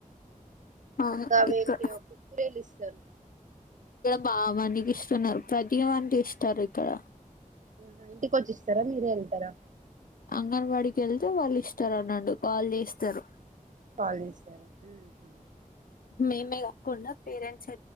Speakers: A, on the left; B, on the right.
A: అవును
B: గవేంటియో
A: ఇక్కడ
B: కుర్కురెలు ఇస్తారు
A: బా మందికి ఇస్తున్నారు ప్రతి మంతు ఇస్తారు ఇక్కడ
B: ఆహా ఇంటికి వచ్చిస్తారా మీరే ఎళ్తరా
A: అంగన్వాడి కేళ్తే వాళ్ళు ఇస్తరు అన్నాడు వాళ్ళు ఇస్తారు
B: వాళ్ళిస్తరా ఉహు
A: మేమే కాకుండా పేరెంట్స్